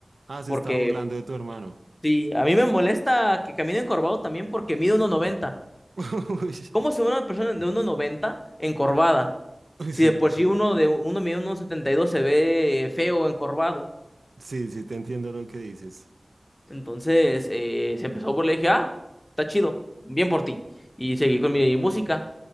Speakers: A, on the right; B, on the left.
A: Ah, se
B: porque
A: está burlando de tu hermano.
B: sí, a mí me molesta que camine encorvado también porque mide uno noventa,
A: <laughs> Uy,
B: ¿Cómo se ve una persona de uno noventa encorvada?
A: uy,
B: Si
A: sí,
B: de por
A: sí.
B: sí uno de uno mide uno setenta y dos se ve feo encorvado.
A: Sí, sí, te entiendo lo que dices.
B: Entonces eh, se empezó por le dije, ah, está chido, bien por ti. Y seguí con mi música.